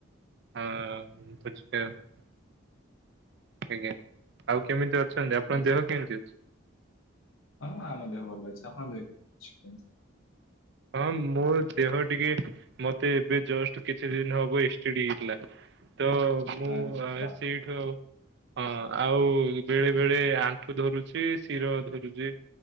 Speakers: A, on the right; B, on the left.
A: ହଁ ଭୋଜି ଖାଇବାକୁ। ଆଜ୍ଞା ଆଉ କେମିତି ଅଛନ୍ତି ଆପଣଙ୍କ
B: ଆଚ୍ଛା
A: ଦେହ କେମିତି ଅଛି?
B: ହଁ ଆମ ଦେହ ଭଲ ଅଛି ଆପଣଙ୍କ ଦେହ କେମିତି ଅଛି କୁହନ୍ତୁ?
A: ହଁ ମୋ ଦେହ ଟିକେ ମତେ ଏବେ ଜଷ୍ଟ କିଛି ଦିନ ହବ ଏସ୍ ଟି ଡି ହେଇଥିଲା ତ ମୁଁ
B: ଆରେ ବାଃ
A: ସେଇଠୁ ହଁ ଆଉ ବେଳେବେଳେ ଆଣ୍ଠୁ ଧରୁଛି ଶିର ଧରୁଚି